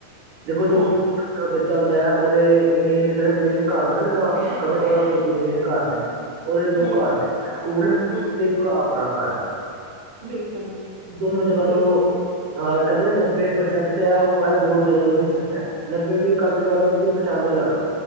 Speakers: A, on the right; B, on the right.
A: ਦੇਖੋ ਜੋ
B: ਹੂੰ,
A: ਛੋਟਾ ਬੱਚਾ ਆਂਦਾ ਹੈ ਉਹਦੇ ਮੇਨ ਦੇਖ ਮੇਨ ਘਰ ਹੈ ਜਿਹੜਾ, ਔਨਾ ਦੇ, ਦੋ ਮੇਨ ਘਰ ਨੇ। ਦੇ ਦੋ
B: ਹੂੰ,
A: ਘਰ ਨੇ, ਸਕੂਲ
B: ਹੂੰ
A: ਤੇ ਇੱਕਰ ਆਪਣਾ ਘਰ ਐ।
B: ਬਿਲਕੁਲ,
A: ਦੋਨੋ ਜਗ੍ਹਾ
B: ਬਿਲਕੁਲ,
A: ਤੋਂ ਹਾਂ ਕਹਿੰਦੇ ਨੱਬੇ ਪ੍ਰਸੈਂਟ ਤੇ ਐ ਔ ਹੈ, ਦੋ ਜਗਾ ਹੀ ਸਿੱਖਦਾ ਨੱਬੇ ਵੀ ਕ ਲਾ ਲੋ, ਤੁਸੀਂ ਪਚਾਨਵੇਂ ਲਾ ਲੋ